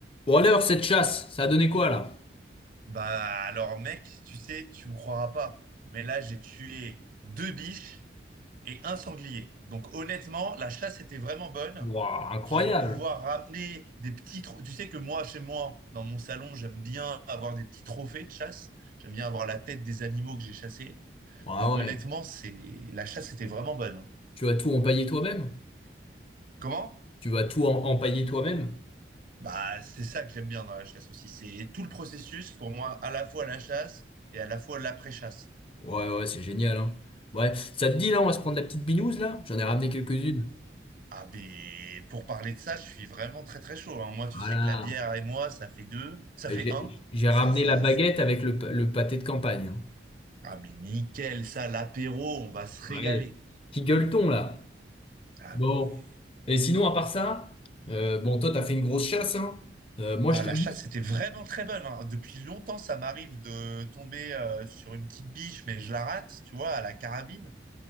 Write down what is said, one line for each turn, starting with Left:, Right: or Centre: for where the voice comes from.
Left: Bon alors, cette chasse, ça a donné quoi là?
Right: Bah alors mec, tu sais, tu me croiras pas, mais là j'ai tué deux biches et un sanglier. Donc honnêtement, la chasse était vraiment bonne.
Left: Waouh, incroyable!
Right: Je vais pouvoir ramener des petits... tro- Tu sais que moi, chez moi, dans mon salon, j'aime bien avoir des petits trophées de chasse. J'aime bien avoir la tête des animaux que j'ai chassés.
Left: Waouh,
Right: Donc honnêtement,
Left: ouais.
Right: c'est la chasse était vraiment bonne. hein.
Left: Tu vas tout empailler toi-même?
Right: Comment?
Left: Tu vas tout em- empailler toi-même?
Right: Bah c'est ça que j'aime bien dans la chasse aussi. C'est tout le processus pour moi, à la fois la chasse et à la fois l'après-chasse.
Left: Ouais, ouais, c'est génial, hein. Ouais, ça te dit là, on va se prendre la petite binouse là? J'en ai ramené quelques-unes.
Right: Ah ben, pour parler de ça, je suis vraiment très très chaud. hein. Moi, tu
Left: Voilà.
Right: sais que la bière et moi, ça fait deux, ça
Left: Et
Right: fait
Left: J'ai
Right: un.
Left: j'ai
Right: Ça,
Left: ramené
Right: ça,
Left: la baguette avec le, pa- le pâté de campagne. hein.
Right: ah mais nickel, ça, l'apéro, on va se régaler.
Left: Ouais. Qui gueule-t-on là?
Right: Ah
Left: Bon.
Right: mais,
Left: Et sinon, à part ça, euh, bon, toi, t'as fait une grosse chasse, hein? Euh, moi,
Right: ah
Left: je t'avoue.
Right: la chasse, c'était vraiment très bonne. hein. Depuis longtemps, ça m'arrive de tomber euh, sur une petite biche, mais je la rate, tu vois, à la carabine.